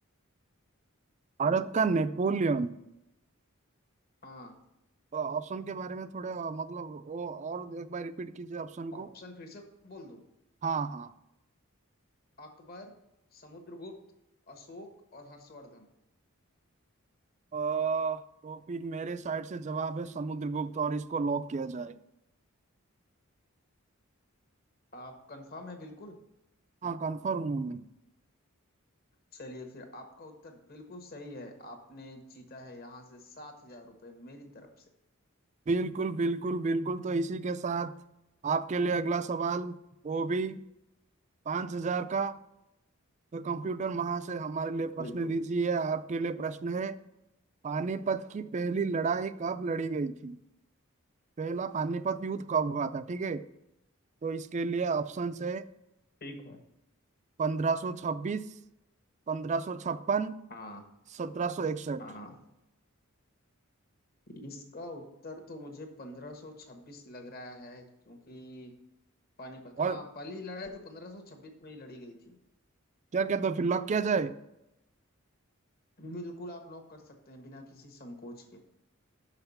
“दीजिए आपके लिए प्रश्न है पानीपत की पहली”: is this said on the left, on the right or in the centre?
Right